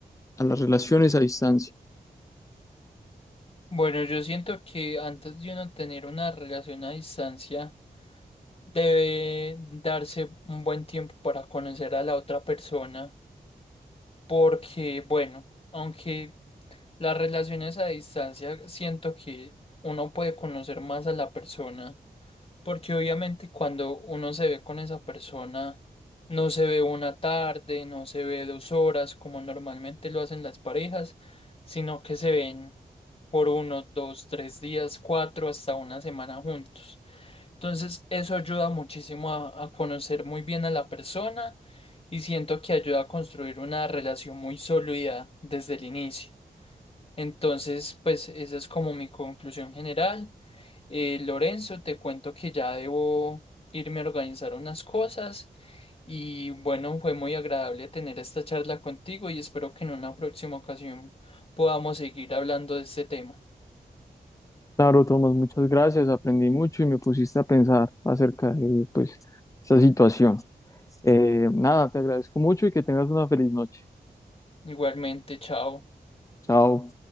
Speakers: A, on the left (about 20°); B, on the left (about 40°).
A: a las relaciones a distancia.
B: Bueno, yo siento que antes de uno tener una relación a distancia, debe darse un buen tiempo para conocer a la otra persona, porque, bueno, aunque las relaciones a distancia, siento que uno puede conocer más a la persona, porque obviamente cuando uno se ve con esa persona, no se ve una tarde, no se ve dos horas, como normalmente lo hacen las parejas, sino que se ven por uno, dos, tres días, cuatro, hasta una semana juntos. Entonces, eso ayuda muchísimo a, a conocer muy bien a la persona y siento que ayuda a construir una relación muy sólida desde el inicio. Entonces, pues esa es como mi conclusión general. Eh, Lorenzo, te cuento que ya debo irme a organizar unas cosas y bueno, fue muy agradable tener esta charla contigo y espero que en una próxima ocasión podamos seguir hablando de este tema.
A: Claro, Tomás, muchas gracias. Aprendí mucho y me pusiste a pensar acerca de, pues, esta situación. Eh, nada, te agradezco mucho y que tengas una feliz noche.
B: Igualmente, chao.
A: Chao.